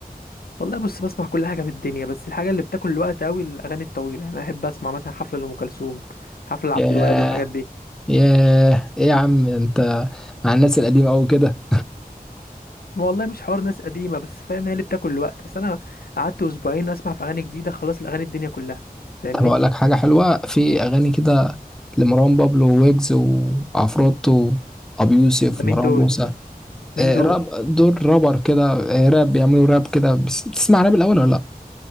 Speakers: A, on the left (about 75°); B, in the centre.
A: والله بص بسمع كل حاجه في الدنيا بس الحاجه اللي بتاكل الوقت قوي الاغاني الطويله يعني انا احب اسمع مثلا حفله لام كلثوم حفله لعبد
B: ياه
A: الوهاب الحاجات دي
B: ياه ايه يا عم انت مع الناس القديمه قوي كده
A: ما والله مش حوار ناس قديمه بس فاهم هي اللي بتاكل الوقت اصل انا قعدت اسبوعين اسمع في اغاني جديده خلاص الاغاني الدنيا كلها
B: <laughs>
A: فاهمني
B: طب اقول لك حاجه حلوه في اغاني كده لمروان بابلو ويجز وعفروتو ابو يوسف
A: ده
B: مروان
A: مين دول
B: موسى
A: مين
B: آه،
A: دول
B: راب دول رابر كده آه، راب بيعملوا راب كده بس- بتسمع راب الاول ولا لا